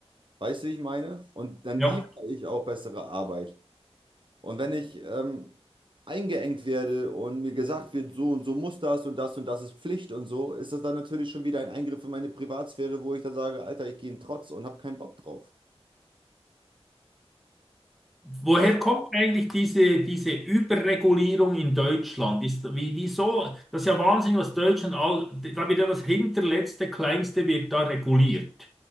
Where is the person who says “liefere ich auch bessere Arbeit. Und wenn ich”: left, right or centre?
Right